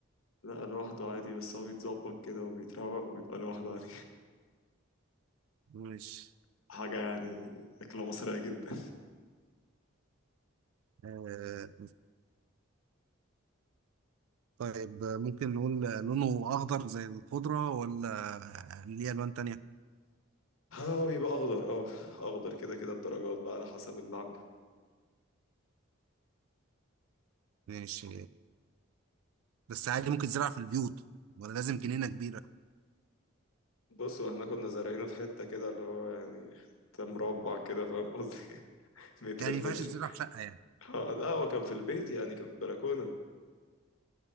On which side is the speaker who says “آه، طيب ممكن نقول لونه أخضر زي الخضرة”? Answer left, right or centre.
Right